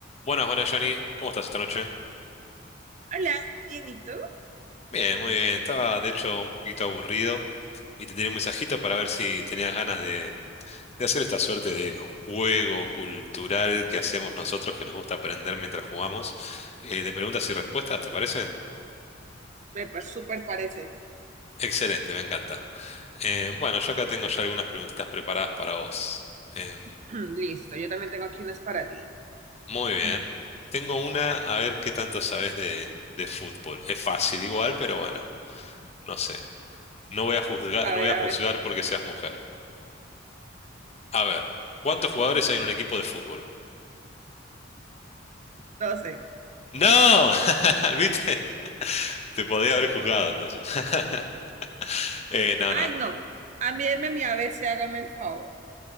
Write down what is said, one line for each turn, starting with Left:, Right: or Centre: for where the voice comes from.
Left: Buenas, buenas, Johnny. ¿Cómo estás esta noche?
Right: Hola, bien, ¿y tú?
Left: Bien, muy bien. Estaba, de hecho, un poquito aburrido y te tenía un mensajito para ver si tenías ganas de, de hacer esta suerte de juego cultural que hacemos nosotros que nos gusta aprender mientras jugamos, eh, de preguntas y respuestas, ¿te parece?
Right: Me pa- súper parece.
Left: Excelente, me encanta. Eh, bueno, yo acá tengo ya algunas preguntitas preparadas para vos. Em,
Right: <clears throat> Listo, yo también tengo aquí unas para ti.
Left: muy bien.
Right: Mm.
Left: Tengo una, a ver qué tanto sabes de, de fútbol. Es fácil igual, pero bueno, no sé. No voy a juzgar,
Right: A
Left: no
Right: ver,
Left: voy a
Right: a
Left: juzgar
Right: ver,
Left: porque seas mujer. A ver, ¿cuántos jugadores hay en un equipo de fútbol?
Right: doce.
Left: ¡No! <laughs> ¿Viste? Te podía haber juzgado entonces. <laughs> Eh, no,
Right: Ay,
Left: no.
Right: no. Envíeme mi ABC, hágame el favor.